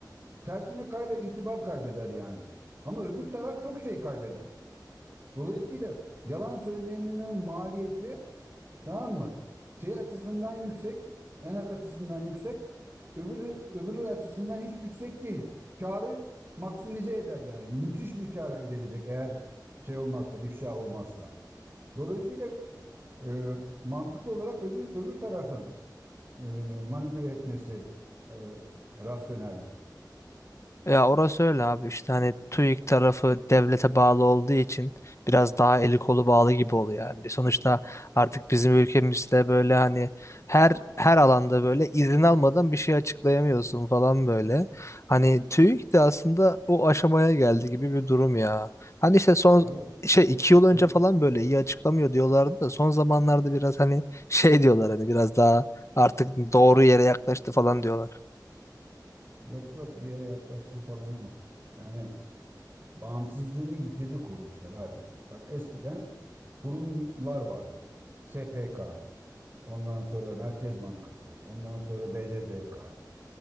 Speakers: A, on the right; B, on the left.
A: Tersine kaybe itibar kaybeder yani. Ama öbür taraf çok şey kaybeder. Dolayısıyla yalan söyleminin maliyeti tamam mı? Şey açısından yüksek, enak açısından yüksek, öbürü, öbürü açısından hiç yüksek değil. Karı maksimize eder yani. Müthiş bir kar elde edecek eğer şey olmazsa, ifşa olmazsa. Dolayısıyla e, mantıklı olarak öbür öbür tarafın e, manipüle etmesi e, rasyoneldir.
B: Ya orası öyle abi işte hani TÜİK tarafı devlete bağlı olduğu için biraz daha eli kolu bağlı gibi oluyor yani. Sonuçta artık bizim ülkemizde böyle hani her her alanda böyle izin almadan bir şey açıklayamıyorsun falan böyle. Hani TÜİK de aslında o aşamaya geldi gibi bir durum ya. Hani işte son
A: Abi
B: şey iki yıl önce
A: ö-
B: falan böyle iyi açıklamıyor diyorlardı da son zamanlarda biraz hani şey diyorlar hani biraz daha artık doğru yere yaklaştı falan diyorlar.
A: yok yok bir yere yaklaştığı falan yok. Yani bağımsızlığını yitirdi kuruluşlar abi. Bak eskiden kurumlar vardı. SPK, ondan sonra Merkez Bankası, ondan sonra BDDK,